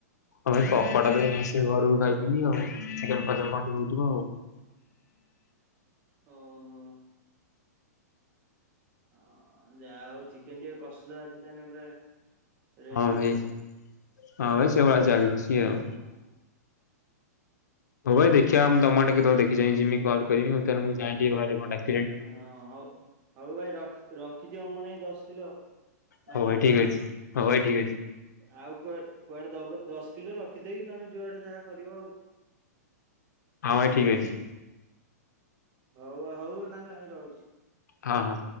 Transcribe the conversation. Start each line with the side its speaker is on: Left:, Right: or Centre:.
Left: ହଁ ଭାଇ ପକୋଡା ତ ଏନେ ଆସିକି ଘରକୁ ଖାଇଥିଲି ଆଉ ଚିକେନ କସା କଣ ଟିକେ ହଉଥିବ ଆଉ।
Right: ଓହୋ। ଅ ହଁ ଯାହା ଆଉ ଚିକେନ ଟିକେ କଷୁସ ଆଜି ତାହେନେ ପୁରା ରେଡି
Left: ହଁ ଭାଇ
Right: ଆଉ।
Left: ହଁ ଭାଇ ସ ସେଭଳିଆ ଚାଲିଚି। ଆଉ।
Right: ହଁ।
Left: ହଉ ଭାଇ ଦେଖିବା
Right: ହଉ
Left: ଆମ ତମ ଆଡ଼େ କେତବେଳେ ଦେଖି ଦେଖି ଯାଇଁ ଜିମି କଲ୍ କରିବି ଆଉ ତେଣୁ ମୁଁ ଯାଏ ଘରେ ଟିକେ କଣ ଡାକ
Right: ହଁ ହଉ ହଉ ଭାଇ ରଖି ରଖିଦିଅ ମୋ ନାଗି ଦଶ କିଲୋ
Left: ହଉ
Right: ବାଦାମ।
Left: ଭାଇ ଠିକ୍ ଅଛି। ହଉ ଭାଇ ଠିକ ଅଛି।
Right: ଆଉ କୁଆ କୁଆଡେ ଦବନି ଦଶ କିଲୋ ରଖିଦେଇକି ତମେ ଯୁଆଡେ ଯାହା କରିବ ଆଉ।
Left: ହଁ ଭାଇ ଠିକ ଅଛି।
Right: ହଉ ହଉ ତାହେନେ ଭାଇ ରହୁଚି।
Left: ହଁ ହଁ।